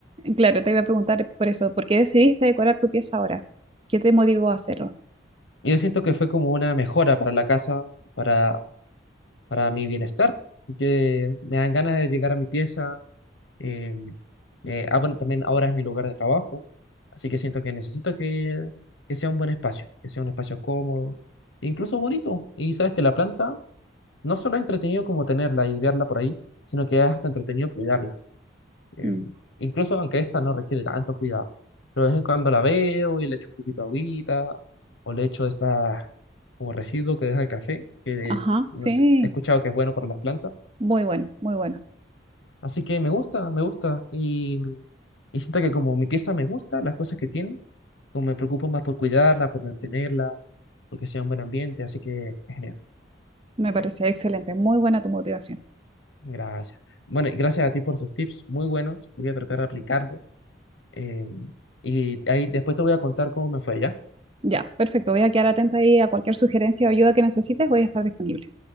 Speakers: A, on the right (about 30°); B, on the left (about 80°).
A: claro, te iba a preguntar por eso, ¿por qué decidiste decorar tu pieza ahora? ¿Qué te motivó a hacerlo?
B: Y yo siento que fue como una mejora para la casa, para, para mi bienestar, que me dan ganas de llegar a mi pieza, Eh, eh, ah, bueno, también ahora es mi lugar de trabajo, así que siento que necesito que, que sea un buen espacio, que sea un espacio cómodo, e incluso bonito. Y sabes que la planta no solo es entretenido como tenerla y verla por ahí, sino que es hasta entretenido cuidarla. Em,
A: Mm,
B: incluso aunque esta no requiere tanto cuidado. Pero de vez en cuando la veo y le echo un poquito de agüita, o le echo esta como residuo que deja el café, que
A: Ajá,
B: no
A: sí.
B: sé, he escuchado que es bueno para las plantas.
A: Muy bueno, muy bueno.
B: Así que me gusta, me gusta. Y Y siento que como mi pieza me gusta, las cosas que tiene, como me preocupo más por cuidarla, por mantenerla, porque sea un buen ambiente, así que es genial.
A: Me parece
B: Sí,
A: excelente. Muy buena tu motivación.
B: Gracias. Bueno, y gracias a ti por sus tips, muy buenos, voy a tratar de aplicarlos. eh, y ahí después te voy a contar cómo me fue, ¿ya?
A: Ya, perfecto. Voy a quedar atenta ahí a cualquier sugerencia o ayuda que necesites. Voy a estar disponible.